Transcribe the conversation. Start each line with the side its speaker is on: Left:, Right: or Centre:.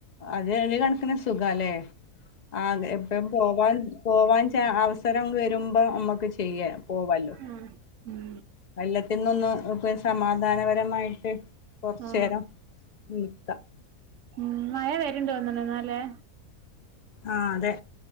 Left: അത് ഒരു കണക്കിന് സുഖല്ലേ ആ എപ്പഴും പോവാ പോവാൻ ച അവസരം വരുമ്പോ നമ്മക്ക് ചെയ്യ പോവല്ലോ
Right: ആ ഉം
Left: കൊല്ലത്തിന്നൊന്ന് ഇപ്പ സമാധാനപരമായിട്ട് കൊറച്ചേരം
Right: ആ
Left: നിക്ക
Right: ഉ മഴ വരുണ്ട് തൊന്നുണ് ന്നാല്ലെ
Left: ആ അതെ